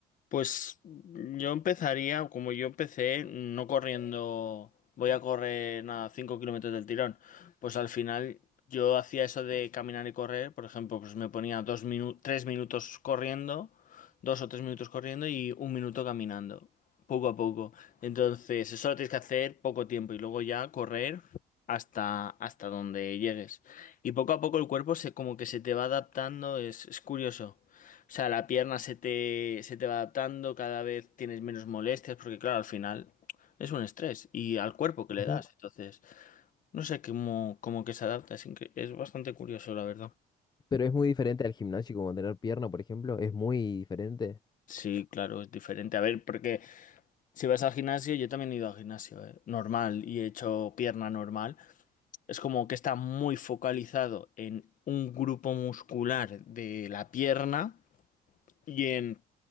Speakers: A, on the left (about 50°); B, on the left (about 25°).
A: Pues yo empezaría, como yo empecé, no corriendo, voy a correr nada, 5 kilómetros del tirón. Pues al final yo hacía eso de caminar y correr, por ejemplo, pues me ponía dos minu- tres minutos corriendo, dos o tres minutos corriendo y un minuto caminando, poco a poco. Entonces, eso lo tienes que hacer poco tiempo y luego ya correr hasta, hasta donde llegues. Y poco a poco el cuerpo se como que se te va adaptando, es, es curioso. O sea, la pierna se te, se te va adaptando, cada vez tienes menos molestias, porque claro, al final es un estrés y al cuerpo que le
B: Ujú.
A: das. Entonces, no sé cómo, cómo que se adapta, es, incre- es bastante curioso, la verdad.
B: Pero es muy diferente al gimnasio, como tener pierna, por ejemplo, es muy diferente.
A: Sí, claro, es diferente. A ver, porque si vas al gimnasio, yo también he ido al gimnasio, eh, normal y he hecho pierna normal. Es como que está muy focalizado en un grupo muscular de la pierna y en,